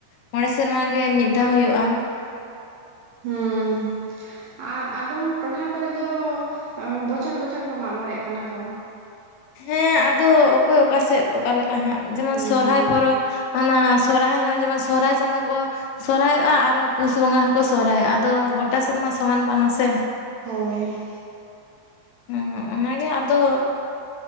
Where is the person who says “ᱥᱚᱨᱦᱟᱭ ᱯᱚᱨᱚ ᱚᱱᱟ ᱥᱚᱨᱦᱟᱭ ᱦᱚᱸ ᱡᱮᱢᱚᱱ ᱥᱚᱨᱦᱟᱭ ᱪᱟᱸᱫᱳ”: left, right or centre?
Left